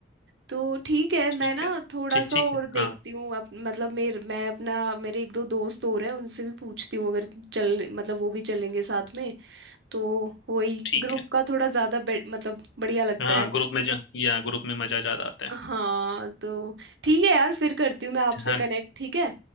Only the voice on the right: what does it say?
तो ठीक है मैं
ना
थोड़ा
सा
और
देखती
हूँ अप- मतलब मेरे मैं अपना मेरे एक दो दोस्त और हैं उनसे भी पूछती हूँ अगर चल मतलब वो भी चलेंगे साथ में तो वही
ग्रुप
का थोड़ा ज्यादा बे- मतलब बढ़िया लगता
है
हाँ तो ठीक है यार फिर करती हूँ मैं आपसे
कनेक्ट ठीक है